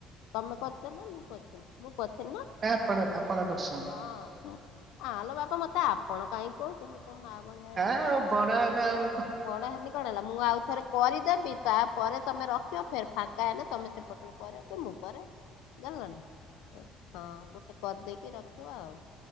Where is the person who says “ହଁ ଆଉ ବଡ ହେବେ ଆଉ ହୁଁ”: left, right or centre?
Right